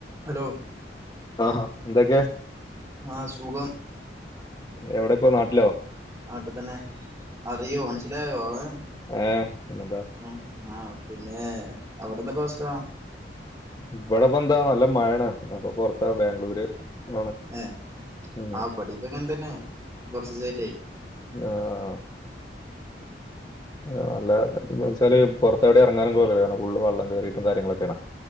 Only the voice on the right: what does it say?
Hello
ആ സുഖം
നാട്ട് തന്നെ അറിയോ മനസ്സിലായോ ആളെ
ആ ആ പിന്നെ അവടെന്താപ്പ അവസ്ഥ?
ഏ
ആ പടിപ്പങ്ങനെ തന്നെ കൊറച്ചിസായിട്ടെ